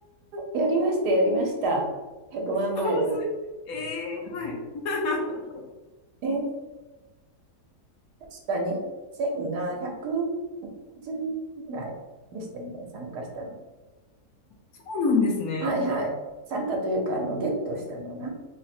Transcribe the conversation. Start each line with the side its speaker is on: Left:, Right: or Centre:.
Right: ー、やりました、やりました。100万マイル。
Left: そうすえー、はい。<laughs>
Right: えー、確か日本人が110ぐらいでしたよね、参加したの。
Left: そうなんですね。
Right: はいはい。参加というか、あの、ゲットしたのが